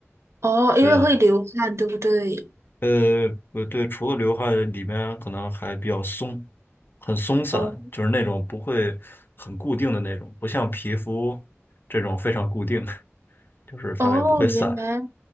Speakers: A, on the right; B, on the left.
A: 哦，
B: 对，
A: 因为会流汗，对不对？
B: 呃，不对，除了流汗，里面可能还比较松，很松散，
A: 哦，
B: 就是那种不会很固定的那种，不像皮肤这种非常固定，<laughs> 就是它也不会散。
A: 哦，原来。